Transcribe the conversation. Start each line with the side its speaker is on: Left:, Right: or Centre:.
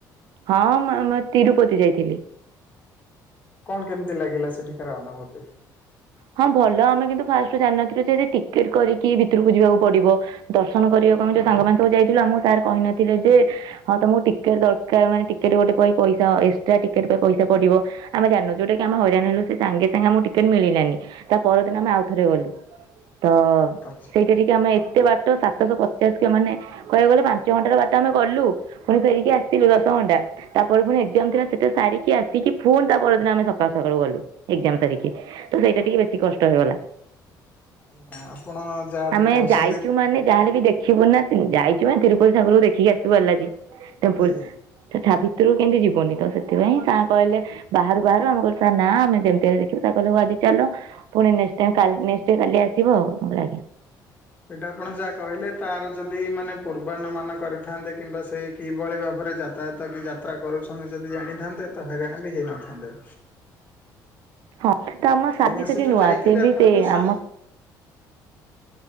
Right: ହଁ, ମୁଁ ଆମେ ତିରୁପତି ଯାଇଥିଲି।
Left: କଣ କେମିତି ଲାଗିଲା ସେଠିକାର ଅନୁଭୂତି?
Right: ହଁ ଭଲ ଆମେ କିନ୍ତୁ ଫାଷ୍ଟ ରୁ ଜାଣିନଥିଲୁ ଯେ, ସେଠି ଟିକେଟ କରିକି ଭିତରକୁ ଯିବାକୁ ପଡିବ। ଦର୍ଶନ କରିବାକୁ ଆମେ ଯୋଉ ସାଙ୍ଗମାନେ ସବୁ ଯାଇଥିଲୁ, ଆମକୁ ସାର କହିନଥିଲେ ଯେ ହଁ ତମକୁ ଟିକେଟ ଦରକାର। ମାନେ ଟିକେଟ ଗୋଟେ ପାଇଁ ପଇସା ଏକ୍ସଟ୍ରା ଟିକେଟ ପାଇଁ ପଇସା ପଡିବ। ଆମ ଜାଣିନୁ ଯୋଉଟା କି ଆମେ ହଇରାଣ ହେଲୁ। ସେ ସାଙ୍ଗେ ସାଙ୍ଗେ ଆମକୁ ଟିକେଟ ମିଳିଲାନି। ତା ପରଦିନ ଆମେ ଆଉଥରେ ଗଲୁ। ତ
Left: ଆଚ୍ଛା
Right: ସେଇଟା ଟିକେ ଆମେ ଏତେ ବାଟ। ସାତଶହ ପଚାଶ କିଲ ମାନେ କହିବାକୁ ଗଲେ ପାଞ୍ଚ ଘଣ୍ଟାର ବାଟ ଆମେ ଗଲୁ। ପୁଣି ଫେରିକି ଆସିିଲୁ ଦଶ ଘଣ୍ଟା। ତାପରେ ପୁଣି ଏକ୍ଜାମ ଥିଲା ସେଟା ସାରିକି ଆସିକି, ଫୁଣି ତା ପରଦିନ ଆମେ ସକାଳୁ ସକାଳୁ ଗଲୁ। ଏକ୍ଜାମ ସାରିକି। ତ ସେଇଟା ଟିକେ ବେଶୀ କଷ୍ଟ ହେଇଗଲା।
Left: ଆଜ୍ଞା ଆପଣ ଯାହାବି
Right: ଆମେ
Left: କହୁଛନ୍ତି
Right: ଯାଇଛୁ ମାନେ ଯାହଲେ ବି ଦେଖ ଦେଖିବୁ ନା ଯାଇଛୁ ମାନେ ତିରୁପତି ଠାକୁରକୁ ଦେଖିକି ଆସିିବୁ। ବାଲାଜୀ ଟେମ୍ପୁଲ।
Left: ଆଜ୍ଞା।
Right: ସେ ତ ଭିତରକୁ କେମିତି ଯିବୁନି ତ ସେଥିପାଇଁ ସାର କହିଲେ ବାହାରୁ ବାହାରୁ ଆମେ କହିଲୁ ସାର ନା ଆମେ ଯେମିତି ହେଲେ ଦେଖିବୁ। ସାର କହିଲେ ହଉ ଆଜି ଚାଲ ପୁଣି ନେକ୍ସ ଟାଇମ କାଲ ନେକ୍ସ ଡେ କାଲି ଆସିବ। ମୁଁ କହିଲି ଆଜ୍ଞା।
Left: ସେଇଟା ଆପଣ ଯାହା କହିଲେ ତାର ଯଦିମାନେ ପୂର୍ବାନୁମାନ କରିଥାନ୍ତେ କିମ୍ବା ସେ କିଭଳି ଭାବରେ ଯା ଯାତାୟାତ କି ଯାତ୍ରା କରୁଛନ୍ତି ଯଦି ଜାଣିଥାନ୍ତେ ତ ହଇରାଣ ବି ହେଇନଥାନ୍ତେ।
Right: ହଁ ତ ଆମ ସାର୍
Left: ଆଜ୍ଞା
Right: ବି
Left: ସେ
Right: ସେଠି
Left: ଯୋଉ
Right: ନୂଆ।
Left: ଯାଇଥିଲେ
Right: ଫିର୍
Left: ଆପଣ
Right: ବି ସେ
Left: ଯୋଉ ସାଙ୍ଗ
Right: ଆମ